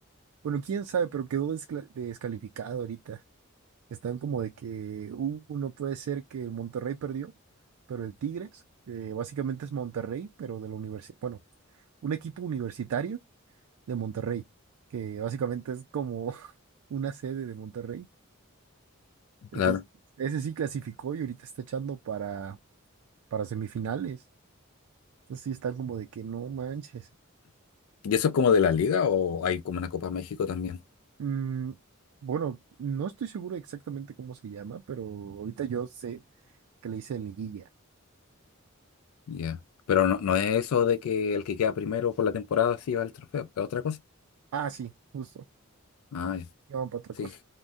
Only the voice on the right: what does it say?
Bueno, quién sabe, pero quedó descla- descalificado ahorita. Están como de que, uh, no puede ser que el Monterrey perdió, pero el Tigres, que básicamente es Monterrey, pero de la universidad, bueno, un equipo universitario de Monterrey, que básicamente es como <laughs> una sede de Monterrey. Entonces,
ese sí clasificó y ahorita está echando para, para semifinales. Entonces sí está como de que no manches.
Mm, bueno, no estoy seguro exactamente cómo se llama, pero ahorita yo sé que le hice liguilla.
Ah, sí, justo.
Llaman para otra
cosa.